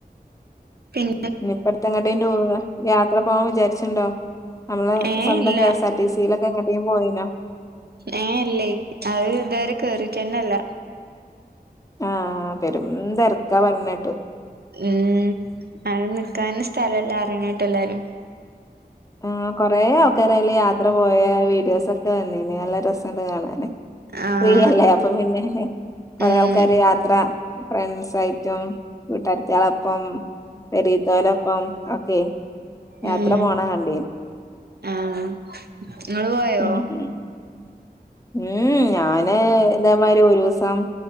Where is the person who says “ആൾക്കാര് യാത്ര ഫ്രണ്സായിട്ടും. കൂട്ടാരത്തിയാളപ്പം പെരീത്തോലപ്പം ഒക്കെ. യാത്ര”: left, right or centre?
Left